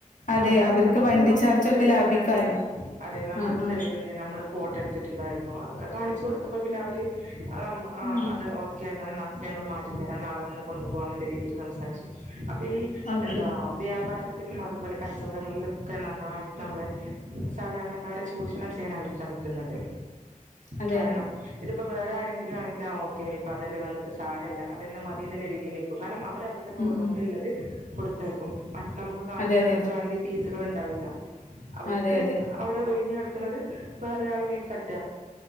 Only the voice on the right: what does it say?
നമ്മള് പിന്നെ
നമുക്ക്
നമ്മുടെടുത്ത്
തെളിവുകളുണ്ട്
അതെ നമ്മുടെ
ടുത്തെ
തെളിവ് നമ്മടെ ഫോട്ടോ എടുത്തിട്ടുണ്ടായിര്ന്നു അതൊക്കെ കാണിച്ചു കൊടുത്തപ്പോ പിന്നെ അവര്. ആം മ്മ
അത് ഒക്കെ കെ. എന്നാൽ ഞങ്ങൾ മാറ്റിത്തരാം നാളെ വന്ന് കൊണ്ടു പോകവാനുള്ള രീതിയിൽ സംസാരിച്ചു അപ്പൊ ഈ
എന്താ വ്യാപാരത്തിനും. അതുപോലെ കഷ് ചോടാങ്ങളിലൊക്കെ നന്നായിട്ട് നമ്മളെ സാധാരണക്കാരെ ചൂഷണ ഷെയ്യാൻ അവർ ശ്രമിക്കുന്നുണ്ട്..
കാരണം
ഇതിപ്പോ വേറെ ആരെങ്കിലു ആണെങ്കിൽ ആഹ് ഓക്കെ ഇപ്പോ അതന്നെ വന്നത്. സാരല്ല അതന്നെ മതീന്ന് ള്ള രീയിൽ നിക്കും കാരണം അവര് അവരുടെ കോഡോൺള്ളത്
കൊടുതയകും മറ്റ് നമുക്ക് കാണിച്ച്
തന്നത്
വേണങ്കി പീസുകൾ ഉണ്ടാവില്ല.. അവർക്ക്
അവിടെ ഒഴിഞ്ഞ് കെടക് ണത്. വേറെൊരാളെ മേൽ തട്ട്